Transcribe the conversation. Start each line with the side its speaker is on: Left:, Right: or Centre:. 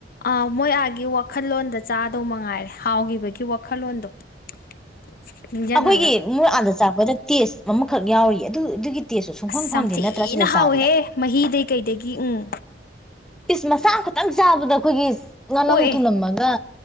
Left: ꯑ ꯃꯣꯏ ꯑꯥꯒꯤ ꯋꯥꯈꯜꯂꯣꯟꯗ ꯆꯥꯗꯧ ꯃꯉꯥꯏꯔꯦ ꯍꯥꯎꯒꯤꯕꯒꯤ ꯋꯥꯈꯜꯂꯣꯟꯗꯣ <unintelligible> ꯅꯤꯡꯁꯤꯡꯉꯒ
Centre: ꯑꯈꯣꯏꯒꯤ ꯃꯣꯏ ꯑꯥꯗ ꯆꯥꯛꯄꯥꯗ ꯇꯦꯁ ꯑꯃꯈꯛ ꯌꯥꯎꯔꯤꯌꯦ ꯑꯗꯨ ꯑꯗꯨꯒꯤ ꯇꯦꯁꯇꯨ ꯁꯨꯡꯐꯪ
Left: ꯑꯁ
Centre: ꯐꯪꯗꯦ
Left: ꯌꯥꯝꯊꯤꯅ
Centre: ꯅꯠꯇ꯭ꯔꯥ ꯁꯤꯗ
Left: ꯍꯥꯎꯋꯤꯍꯦ
Centre: ꯆꯥꯕꯗ
Left: ꯃꯍꯤꯗꯩ ꯀꯩꯗꯒꯤ ꯎꯝ
Centre: ꯄꯤꯁ ꯃꯆꯥ ꯑꯃ ꯈꯛꯇꯪ ꯆꯥꯕꯗ ꯑꯩꯈꯣꯏꯒꯤ ꯉꯥꯅꯝ
Left: ꯑꯣꯛꯑꯦ
Centre: ꯊꯨꯝꯂꯝꯃꯒ